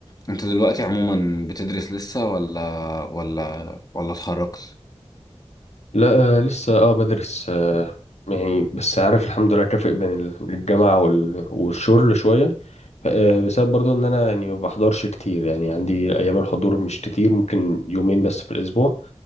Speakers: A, on the left (about 35°); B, on the left (about 85°).
A: انت دلوقتي عموما بتدرس لسه ولا ولا ولا اتخرجت
B: لا آه، لسه اه بدرس آه يعني بس عارف الحمد لله كافئ بين ال- الجامعة وال- والشغل شوية ف- آه، بسبب برضو ان انا يعني ما بحضرش كتير يعني عندي ايام الحضور مش كتير ممكن يومين بس في الاسبوع